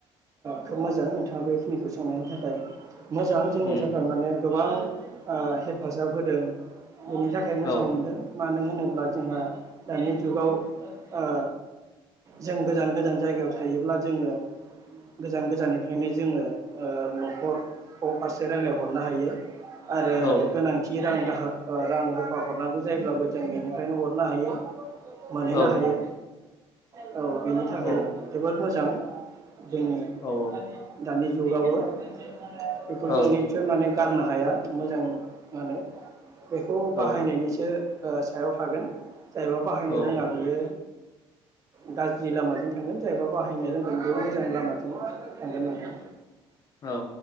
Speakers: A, on the right (about 35°); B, on the left (about 40°).
A: खोब मोजां नोंथाङा बेखिनि गसंनायनि थाखाय। मोजां जोंनि
B: उम
A: थाखाय माने गोबां ओ हेफाजाब होदों। बेनि थाखाय मोजां
B: औ
A: मोनदों मानो होनोब्ला अब्ला जोंहा दानि जुगाव ओ जों गोजान गोजान जायगायाव थायोब्ला जोङो गोजान गोजाननिफ्राय बेखायनो जोङो न'खरखौ फारसे रायज्लायहरनो हायो आरो
B: औ
A: गोनांथि रां दाह रां रुफा हरनांगौ जायोब्लाबो जों बेनिफ्रायनो हरनो हायो मोनहैनो
B: औ
A: हायो औ बेनि थाखाय
B: औ
A: मोजां जोंनि
B: औ
A: दानि <unintelligible> बेखौ
B: औ
A: जों निसय माने गारनो हाया मोजां मा होनो बेखौ बाहायनायनिसो
B: औ
A: सायाव थागोन जायबा बाहायनो
B: औ
A: रोङा बियो गाज्रि लामाजों थांगोन जायबा बाहायनो रोंगोन बेयाव मोजां लामाजों थांगोन नोंथां
B: औ